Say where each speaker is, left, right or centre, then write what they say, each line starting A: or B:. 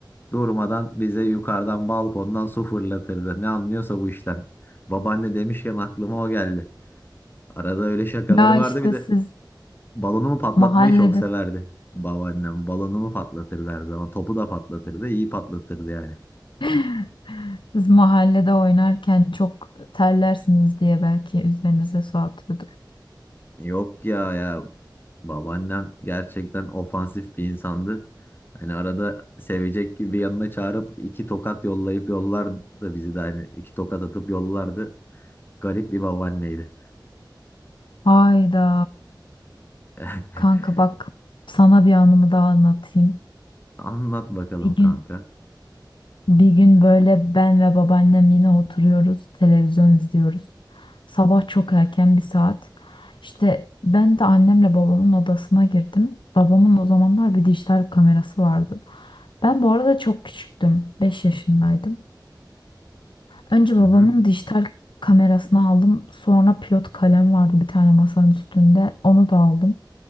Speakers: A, on the left; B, on the left.
A: Durmadan bize yukarıdan balkondan su fırlatırdı. Ne anlıyorsa bu işten. Babaanne demişken aklıma o geldi. Arada öyle şakaları
B: Ya
A: vardı
B: işte
A: bir de
B: siz
A: Balonumu patlatmayı
B: mahallede
A: çok severdi babaannem. Balonumu patlatırdı her zaman. Topu da patlatırdı. iyi patlatırdı yani.
B: <laughs> siz mahallede oynarken çok terlersiniz diye belki üzerinize su atıyordur.
A: Yok ya ya babaannem gerçekten ofansif bir insandı. Hani arada sevecek gibi yanına çağırıp iki tokat yollayıp yollardı bizi de hani iki tokat atıp yollardı. Garip bir babaanneydi.
B: Hayda.
A: <laughs>
B: Kanka bak sana bir anımı daha anlatayım.
A: Anlat bakalım
B: Bir gün
A: kanka.
B: Bir gün böyle ben ve babaannem yine oturuyoruz, televizyon izliyoruz. Sabah çok erken bir saat. İşte ben de annemle babamın odasına girdim. Babamın o zamanlar bir dijital kamerası vardı. Ben bu arada çok küçüktüm, 5 yaşındaydım. Önce
A: Hı
B: babamın
A: hı.
B: dijital kamerasını aldım. Sonra pilot kalem vardı bir tane masanın üstünde. Onu da aldım.